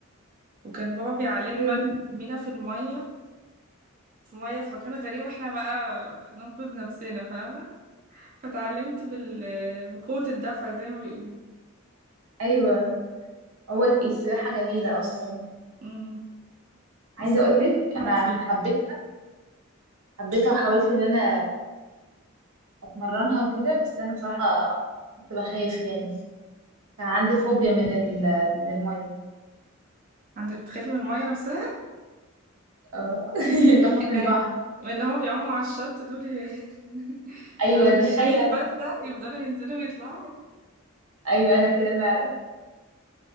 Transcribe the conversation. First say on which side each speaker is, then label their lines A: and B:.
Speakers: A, on the right; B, on the right.
A: وكان بابا بيعلمنا
B: امم
A: بقى نرمينا في المية في مية في مكان غريب واحنا بقى ننقذ نفسنا فاهمة فتعلمت بال... بقوة الدفع زي ما بيقولوا
B: ايوه هو السباحه جميله اصلا
A: امم
B: عايزه
A: بس
B: اقول
A: بس
B: لك انا
A: هو في
B: حبيتها حبيتها وحاولت ان انا اتمرنها وكده بس انا بصراحه كنت بخاف يعني كان عندي فوبيا من ال من المية
A: عندك بتخافي من المية نفسها
B: اه <laughs> بخاف من
A: يعني
B: البحر
A: اللي هما بيعوموا على الشط دول ي- <laughs> شبه
B: ايوه دي
A: الشاي
B: حقيقة
A: الفتلة
B: أنا كده.
A: يفضلوا ينزلوا ويطلعوا
B: ايوه انا كده فعلا